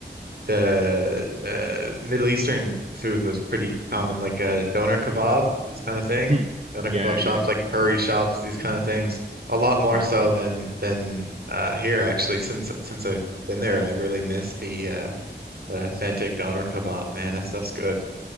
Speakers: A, on the right (about 60°); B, on the right (about 35°).
A: the uh, Middle Eastern food was pretty common, like uh, doner kebab, this kind of thing.
B: hmm
A: Doner
B: Yeah,
A: kebab shops,
B: yeah,
A: like curry shops, these kind of things. A lot more
B: very.
A: so
B: good.
A: than than uh, here actually. Since since I've been there, I really miss the uh, that authentic doner kebab. Man, that stuff's good.